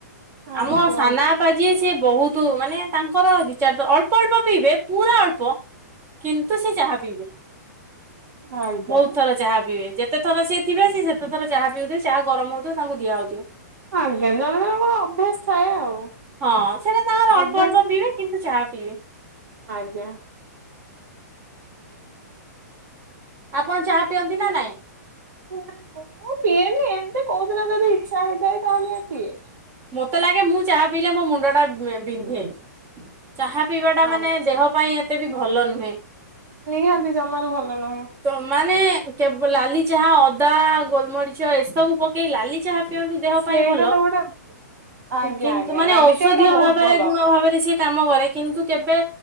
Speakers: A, on the right; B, on the right.
A: ଆମ
B: ଆଜ୍ଞା
A: ସାନା
B: ଆଜ୍ଞା
A: ବାପା ଯିଏ ସିଏ ବହୁତ ମାନେ ତାଙ୍କର ବିଚାର ତ ଅଳ୍ପ ଅଳ୍ପ ପିଇବେ ପୁରା ଅଳ୍ପ କିନ୍ତୁ ସେ ଚାହା ପିଇବେ
B: ଆଜ୍ଞା
A: ବହୁତ ଥର ଚାହା ପିଇବେ ଯେତ ଯେତେଥର ସିଏ ଥିବେ ସେ ସେତେଥର ଚା ପିଉଥିବେ ଚାହା ଗରମ ହୋଉଥିବ ତାଙ୍କୁ ଦିଆହୋଉଥିବ।
B: ଆଜ୍ଞା ଜଣ ଜଣଙ୍କର ଅଭ୍ୟାସ ଥାଏ ଆଉ।
A: ହଁ ସେଇଟା ତାଙ୍କର ଅଳ୍ପ
B: ଅଭ୍ୟାସ
A: ଅଳ୍ପ ପିଇବେ କିନ୍ତୁ ଚାହା ପିଇବେ।
B: ଆଜ୍ଞା।
A: ଆପଣ ଚା ପିଅନ୍ତି ନା ନାଇଁ?
B: ମୁଁ ପିଏନି ଏମତି କଉ ଦିନ ଯଦି ଇଚ୍ଛା ହେଇଯଏ ତାହଲେ ପିଏ।
A: ମତେ ଲାଗେ ମୁଁ ଚାହା ପିଇଲେ ମୋ ମୁଣ୍ଡ ଟା ବି ଏ ବିନ୍ଧେ। ଚାହା ପିଇବା ଟା ମାନେ
B: ଆଚ୍ଛା
A: ଦେହ ପାଇଁ ଏତେ ବି ଭଲ ନୁହେଁ।
B: ନିହାତି ଜମାରୁ ଭଲ ନୁହେଁ।
A: ତ ମାନେ କେବ ଲାଲି ଚାହା ଅଦା ଗୋଲମରିଚ ଏସବୁ ପକେଇ ଲାଲି ଚାହା ପିଅନ୍ତୁ ଦେହ
B: ସେଇଟା
A: ପାଇଁ ଭଲ।
B: ତ ଗୋଟେ ଆଜ୍ଞା
A: କିନ୍ତୁ
B: ଆଜ୍ଞା
A: ମାନେ
B: ନାଲି
A: ଔଷଧୀୟ
B: ଚା ଟା ବହୁତ
A: ଭାବରେ
B: ଭଲ।
A: ଗୁଣ ଭାବରେ ସିଏ କାମ କରେ କିନ୍ତୁ କେବେ